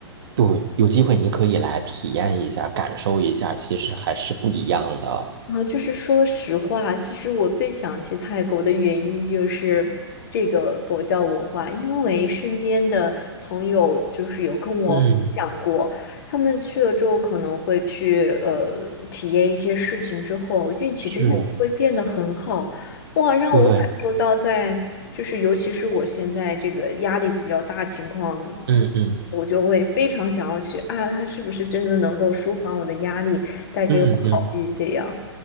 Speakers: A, on the right; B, on the left.
A: 对，有机会你可以来体验一下，感受一下，其实还是不一样的。
B: 啊，就是说实话，其实我最想去泰国的原因就是这个佛教文化，因为身边的朋友就是有跟我分享过，
A: 嗯，
B: 他们去了之后可能会去呃体验一些事情之后，运气真的会变得很好，
A: 是，
B: 哇，让我感受到在就是尤其是我现在这个压力比较大情况。
A: 对，嗯嗯
B: 我就会非常想要去啊，他是不是真的能够舒缓我的压力，带给我好运这样。
A: 嗯嗯